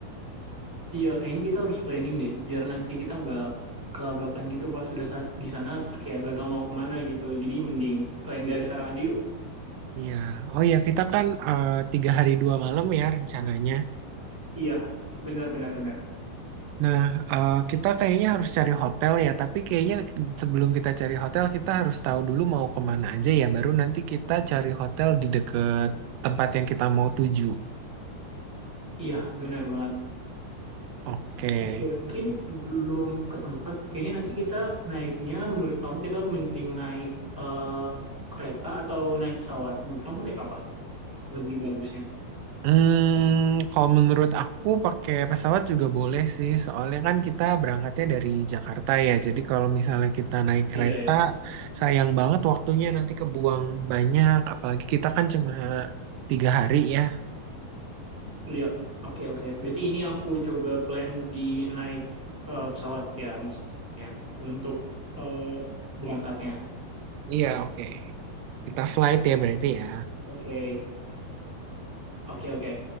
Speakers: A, in the centre; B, on the right.
A: Iya, kayaknya kita harus planning deh, biar nanti kita nggak kelabakan gitu pas sudah san- di sana, terus kayak nggak tahu mau kemana gitu. Jadi mending plan dari sekarang aja yuk.
B: Iya, oh ya kita kan eh, tiga hari dua malam ya rencananya.
A: Iya, benar benar benar.
B: Nah, eh, kita kayaknya harus cari hotel ya. Tapi kayaknya sebelum kita cari hotel kita harus tahu dulu mau kemana aja ya. Baru nanti kita cari hotel di dekat tempat yang kita mau tuju.
A: Iya, benar banget.
B: Oke.
A: Oke, mungkin sebelum ke tempat, kayaknya nanti kita naiknya, menurut kamu kita mending naik eh, kereta atau naik pesawat? Menurut kamu naik apa? Lebih bagusnya.
B: Hmm, kalau menurut aku pakai pesawat juga boleh sih, soalnya kan kita berangkatnya dari Jakarta ya. Jadi kalau misalnya kita naik
A: Iya
B: kereta,
A: ya.
B: sayang banget waktunya nanti kebuang banyak. Apalagi kita kan cuma tiga hari ya.
A: Iya, oke oke. Berarti ini aku coba plan di naik eh, pesawat ya maksudnya untuk eh, berangkatnya.
B: Iya, oke. Kita flight ya berarti ya.
A: Oke, oke oke.